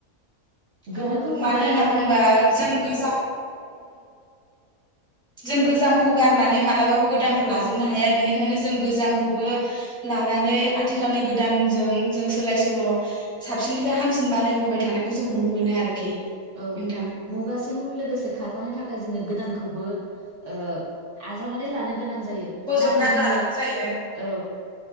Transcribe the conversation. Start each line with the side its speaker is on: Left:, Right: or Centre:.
Right: गोनोखो
Centre: औ
Right: मुगायावहाय
Centre: मानो होनना बुंबा जों गोजाम जों गोजामखौ गारनानै मालाबाबो गोदानखौ लाजोबनो हाया बेनिखायनो जों गोजामखौबो लानानै आथिखालनि गोदानजों जों सोलाय सोल' साबसिननिफ्राय हामसिन बानायबोबाय थानायखौ जों नुनो मोनो आरोखि
Right: औ
Centre: नोंथां।
Right: मुगाजों लोगोसे खारफानो थाखाय जोङो गो दानखौबो ओ आजावनानै लानो गोनां जायो
Centre: बजबनानै
Right: नाथाय जोङो
Centre: लानांगौ जायो।
Right: औ